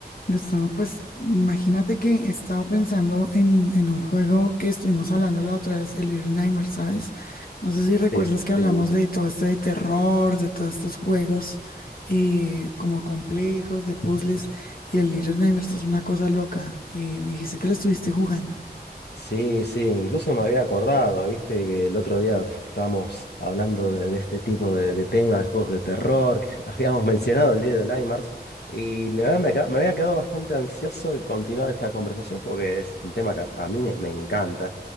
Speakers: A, on the left; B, on the left.
A: Gustavo, pues imagínate que he estado pensando en, en un juego que estuvimos hablando la otra vez, el Little Nightmares, ¿sabes? No sé si recuerdas
B: Este,
A: que hablamos de todo esto de terror, de todos estos juegos eh, como complejos, de puzzles, y el Little Nightmares es una cosa loca. Eh, me dijiste que lo estuviste jugando.
B: Sí, sí, incluso me había acordado, viste, que el otro día estábamos hablando de, de este tipo de, de temas, de juegos de terror, que <laughs> habíamos mencionado el Little Nightmares, y la verdad me, ca- me había quedado bastante ansioso de continuar esta conversación porque es un tema que a, a mí me, me encanta.